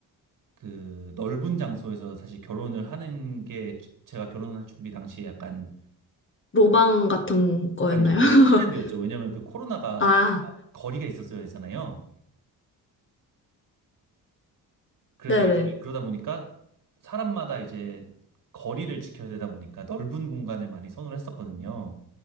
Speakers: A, on the right; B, on the left.
A: 그 넓은 장소에서 사실 결혼을 하는 게 제가 결혼할 준비 당시에 약간
B: 로망 같은 거였나요?
A: 아니죠 그
B: <laughs>
A: 트렌드였죠. 왜냐면 그 코로나가
B: 아,
A: 저희가 거리가 있었어야 되잖아요. 그래서
B: 네네.
A: 이제 그러다 보니까 사람마다 이제 거리를 지켜야 되다 보니까 넓은 공간을 많이 선호를 했었거든요.